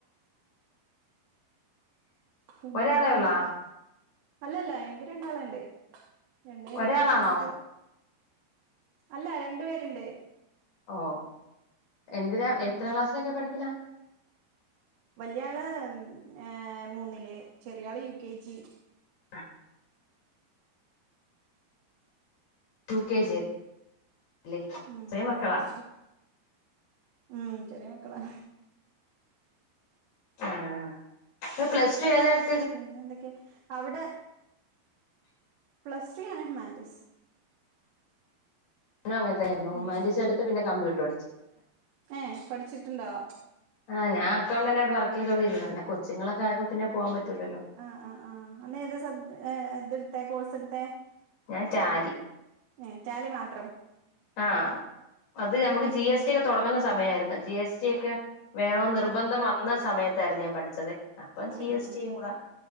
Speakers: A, on the right (about 85°); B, on the left (about 70°).
A: പിന്നെ
B: ഒരാളെ
A: എന്തൊക്കെ
B: ഉള്ളാ
A: അല്ലല്ല എനിക്ക് രണ്ടാള്ണ്ട്. രണ്ടുപേരേ
B: ഒരാളാണോ
A: പറഞ്ഞു വിട്ടു അല്ല രണ്ടു പേര്ണ്ട്.
B: ഓ എന്തിനാ എത്രാം
A: ഉം
B: ക്ലാസ്സിലൊക്കെ പഠിക്ക്‌ണെ
A: വല്യയാള് ഏ മൂന്നില് ചെറിയാള് യു കെ ജി
B: ആഹ യു കെ ജില്
A: ഉം
B: ചെറിയ മക്കളാ
A: യു കെ ജി ഉം ചെറിയ മക്കളാ
B: ആഹ് അപ്പ പ്ലസ് ടു ഏതായിടു
A: പിന്നെന്തൊക്കെ അവിടെ പ്ലസ് ടു ആണ് ഹ്യുമാൻറ്റീസ്
B: നും അങ്ങനെ തന്നെയായിരുന്നു. ഹ്യൂമാൻറ്റീസ്‌
A: ഉം
B: എടുത്ത് പിന്നെ കമ്പ്യൂട്ടർ പടിച്ച്
A: ഏഹ് പട്ച്ചിട്ട്ണ്ടോ
B: ആഹ് ഞാ അക്കൗണ്ടന്റായിട്ട് വർക്കെയ്തോണ്ടിരുന്നതാ. ന്നെ കൊച്ചുങ്ങളൊക്കെ ആയപ്പ പിന്നെ പോവാൻ പറ്റുലല്ലോ.
A: ആഹ് ആഹ് ആ്ഹ് അന്ന് ഏത് സബ് ഇത്ട്ത്തേ കോഴ്സ്ട്ത്തെ
B: ഞാൻ റ്റാലി
A: ഏഹ് ടാലി മാത്രം.
B: ആഹ് അത് നമുക്ക്
A: ഉം
B: ജി എസ് ടി ഒക്കെ തൊട്ങ്ങുന്ന സമയായിരുന്നു. ജി എസ് ടി ഒക്കെ
A: ആഹ്
B: വേണോ
A: ആഹ്
B: നിർബന്ധം വന്ന സമയ ത്തായിരുന്നു ഞാൻ പഠിച്ചത്. അപ്പം
A: ആഹ്
B: ജി എസ്
A: ആഹ്
B: ടിം കൂടെ